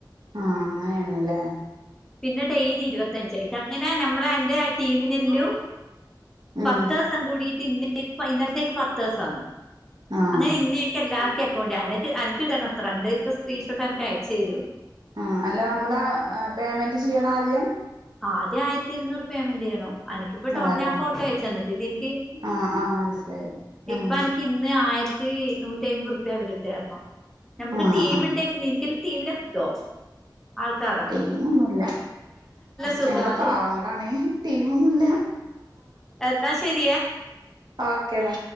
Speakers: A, on the right; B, in the centre.
A: ആഹ് അങ്ങനേണ് ലെ
B: പിന്നെ ഡെെലി ഇരുവത്തഞ്ചായിറ്റ് അങ്ങനെ നമ്മളെ അന്റെ ആഹ് ടീമിനെല്ലും
A: ഉം
B: പത്ത് സ് സം കൂടീറ്റ് ഇന്നെ ഇന്നെലെത്തേക്ക് പത്ത്സ്വാവും
A: ആഹ്
B: അങ്ങനെ ഇന്നേക്കെ എല്ലാർക്കെ കാേണ്ടിഅന്റക്ക് അനക്ക് ഇട്ണത്രണ്ട് ട്ത്ത സ്ക്രീൻഷോട്ട്നക്ക് അയച്ചെരും
A: ആഹ് അല്ല നമ്മള് ആഹ് ആഹ് പേയ്മെന്റ് ച്യ്യണാദ്യം
B: ആദ്യം ആയിരത്തി ഇര്ന്നൂറ് പേയ്മെന്റ്യ്യണം അനിക്കിപ്പ ടോ
A: അതല്ലേ
B: ഞാൻ ഫോട്ടോഅയച്ച ന്നാട്ടില്ലേ എനിക്ക്
A: ആഹ് ആഹ് മനസ്സിലായി
B: ഇപ്പ
A: ആഹ്
B: അനിക്ക് ഇന്ന് ആയിരത്തി നൂറ്റി അയിമ്പത് രുപ്യ അവരിട്ടാരരുന്നു നമുക്ക്
A: ആഹ്
B: ടീമിണ്ട
A: ആഹ്
B: ടീമിനെ കിട്ടുവോ ആൾക്കാര
A: ടീം ഒന്നുല്ല
B: സുഖാണ്
A: ഞങ്ങള് പാവങ്ങളാണെ ടീം ഒന്നുല്ല.
B: എന്നാ ശരിയേ
A: ഓക്കേ ടാ